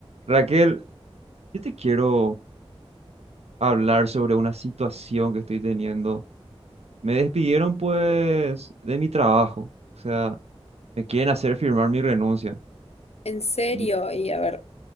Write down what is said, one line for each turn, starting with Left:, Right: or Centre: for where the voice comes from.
Right: Raquel, yo te quiero hablar sobre una situación que estoy teniendo. Me despidieron pues de mi trabajo, o sea, me quieren hacer firmar mi renuncia.
Left: En serio,
Right: Y
Left: y a ver,